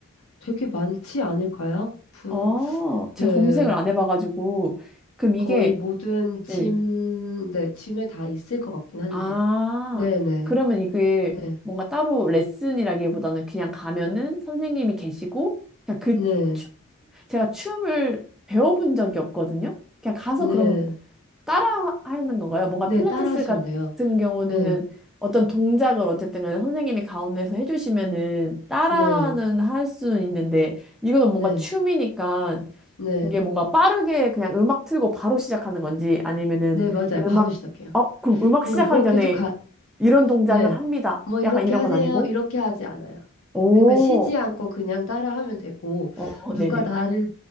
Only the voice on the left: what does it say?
되게 많지 않을까요? 부,
네,
거의 모든 짐,
네, 짐에 다 있을 것 같긴 한데.
네, 네,
네,
네,
네,
네,
따라 하시면
돼요.
네,
네,
네,
네,
네,
네, 맞아요.
바로 시작해요.
그러니까
그거 계속
가,
네.
뭐 이렇게
하세요.
이렇게 하지 않아요.
그러니까 쉬지 않고 그냥 따라하면 되고
누가 나를